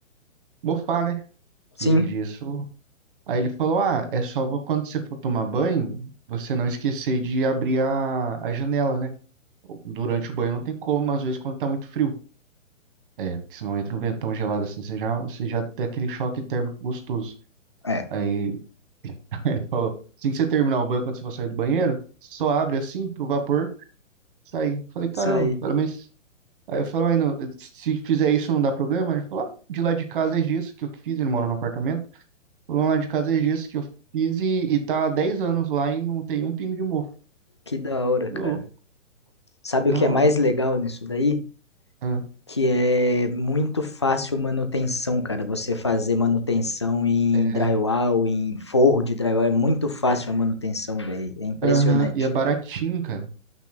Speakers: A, on the right; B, on the left.
A: Mofar, né? Que
B: Sim,
A: gesso. Aí ele falou, ah, é só vo- quando você for tomar banho, você não esquecer de abrir a, a janela, né? Durante o banho não tem como, mas às vezes quando tá muito frio. É, porque senão entra um ventão gelado assim, você já, você já tem aquele choque térmico gostoso.
B: é.
A: Aí <laughs> ele falou, assim que você terminar o banho, quando você for sair do banheiro, você só abre assim pro vapor sair. Falei, caramba.
B: Isso aí.
A: Falei, mas... Aí eu falei, "Mas não- se fizer isso não dá problema? Ele falou, ah, de lá de casa é gesso que eu que fiz, ele mora no apartamento. Falou, lá de casa é gesso que eu fiz e, e tá há 10 anos lá e não tem um pingo de mofo.
B: Que da hora, cara.
A: Falei, "Ô, louco,
B: Sabe
A: da
B: o que é
A: hora.
B: mais legal nisso daí?
A: Ah,
B: que é muito fácil manutenção, cara. Você fazer manutenção em
A: é,
B: drywall, em forro de drywall, é muito fácil a manutenção, velho. É impressionante.
A: aham, e é baratinho, cara.